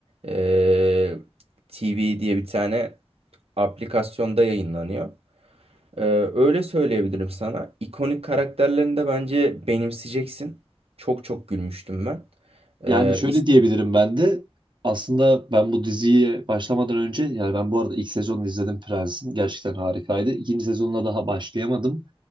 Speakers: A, on the right (about 75°); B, on the right (about 50°).
A: ee, TV diye bir tane aplikasyonda yayınlanıyor. Ee, öyle söyleyebilirim sana. İkonik karakterlerini de bence benimseyeceksin. Çok çok gülmüştüm ben. Ee,
B: Yani şöyle diyebilirim ben de. Aslında ben bu diziye başlamadan önce yani ben bu arada ilk sezonunu izledim Prens'in. Gerçekten harikaydı. İkinci sezonuna daha başlayamadım.